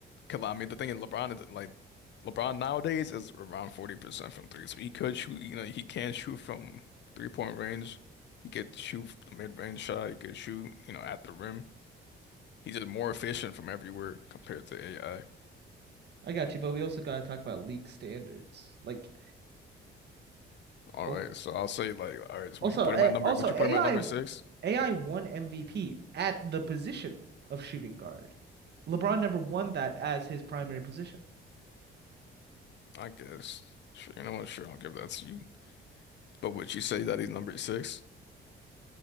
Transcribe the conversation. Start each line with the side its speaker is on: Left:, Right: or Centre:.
Left: Cause I mean, the thing is, LeBron is like LeBron nowadays is around 40% from three. So he could shoot, you know, he can shoot from three-point range. He could shoot from the mid-range shot. He could shoot, you know, at the rim. He's just more efficient from everywhere compared to AI.
Right: I got you, but we also got to talk about league standards. Like
Left: All
Right: al-
Left: right, so I'll say like, all right, so
Right: also
Left: would you put
Right: eh,
Left: him at number?
Right: also
Left: Would you
Right: AI
Left: put him at number six?
Right: AI won MVP at the position of shooting guard. LeBron never won that as his primary position.
Left: I guess. Sure, you know what? Sure, I'll give that to you. But would you say that he's number six?